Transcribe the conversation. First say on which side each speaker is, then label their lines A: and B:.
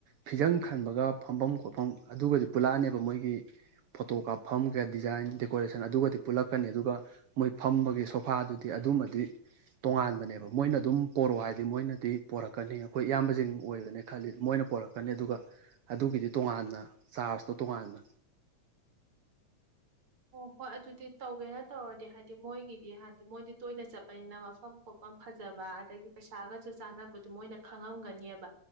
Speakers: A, on the right; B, on the right.
A: ꯐꯤꯖꯪ ꯈꯟꯕꯒ ꯐꯝꯐꯝ ꯈꯣꯠꯐꯝ ꯑꯗꯨꯒꯗꯤ ꯄꯨꯜꯂꯛꯑꯅꯦꯕ ꯃꯣꯏꯒꯤ ꯐꯣꯇꯣ ꯀꯥꯞꯐꯝꯒ ꯗꯤꯖꯥꯏꯟ ꯗꯦꯀꯣꯔꯦꯁꯟ ꯑꯗꯨꯒꯗꯤ ꯄꯨꯜꯂꯛꯀꯅꯤ ꯑꯗꯨꯒ ꯃꯣꯏ ꯐꯝꯕꯒꯤ ꯁꯣꯐꯥꯗꯨꯗꯤ ꯑꯗꯨꯃꯗꯤ ꯇꯣꯉꯥꯟꯕꯅꯦꯕ ꯃꯣꯏꯅ ꯑꯗꯨꯝ ꯄꯣꯔꯛꯑꯣ ꯍꯥꯏꯗꯤ ꯃꯣꯏꯅꯗꯤ ꯄꯣꯔꯛꯀꯅꯤ ꯑꯩꯈꯣꯏ ꯏꯌꯥꯝꯕꯁꯤꯡ ꯑꯣꯏꯒꯅꯤ ꯈꯜꯂꯤ ꯃꯣꯏꯅ ꯄꯣꯔꯛꯀꯅꯤ ꯑꯗꯨꯒ ꯑꯗꯨꯒꯤꯗꯤ ꯇꯣꯉꯥꯟꯅ ꯆꯥꯔꯖꯇꯣ ꯇꯣꯉꯥꯟꯅ
B: ꯑꯣ ꯍꯣꯏ ꯑꯗꯨꯗꯤ ꯇꯧꯒꯦꯅ ꯇꯧꯔꯗꯤ ꯍꯥꯏꯗꯤ ꯃꯣꯏꯒꯤꯗꯤ ꯍꯥꯏꯗꯤ ꯃꯣꯏꯗꯤ ꯇꯣꯏꯅ ꯆꯠꯄꯅꯤꯅ ꯃꯐꯝ ꯈꯣꯠꯐꯝ ꯐꯖꯕ ꯑꯗꯒꯤ ꯄꯩꯁꯥꯒꯁꯨ ꯆꯥꯟꯅꯕꯗ ꯃꯣꯏꯅ ꯈꯪꯉꯝꯒꯅꯦꯕ